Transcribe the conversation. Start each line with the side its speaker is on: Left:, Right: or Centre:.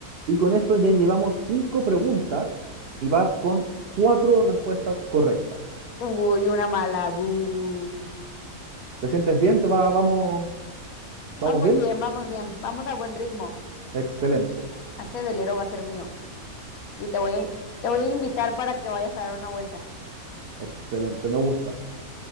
Right: Y con eso ya llevamos cinco preguntas y vas con cuatro respuestas correctas.
Left: Uy, una mala. bu.
Right: ¿Te sientes bien? ¿Te va, vamos, vamos
Left: Vamos
Right: bien?
Left: bien, vamos bien. Vamos a buen ritmo.
Right: Excelente,
Left: Ese velero va a ser mío. Y te voy, te voy a invitar para que vayas a dar una vuelta.
Right: excelente. Me gusta,